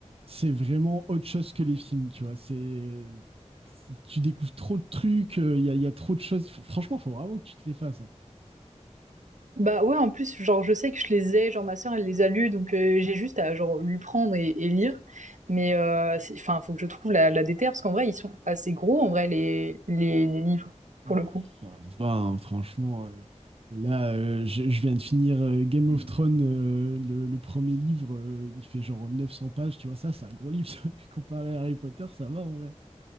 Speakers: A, on the right; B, on the right.
A: c'est vraiment autre chose que les films, tu vois. C'est, tu découvres trop de trucs, euh, il y a, il y a trop de choses. Faut- Franchement, faut vraiment que tu te les fasses. hein.
B: Bah, ouais, en plus, genre, je sais que je les ai, genre, ma sœur, elle les a lus, donc heu, j'ai juste à, genre, lui prendre et et lire. Mais heu, c'est enfin, faut que je trouve la la déterre parce qu'en vrai, ils sont assez gros, en vrai, les les les livres, pour
A: Bon,
B: le coup.
A: ça va, hein, franchement. euh, là, euh, je, je viens de finir euh, Game of Thrones, euh, le, le premier livre, euh, il fait genre 900 pages, tu vois, ça, c'est un gros livre, <laughs> ça. Comparé à Harry Potter, ça va en vrai.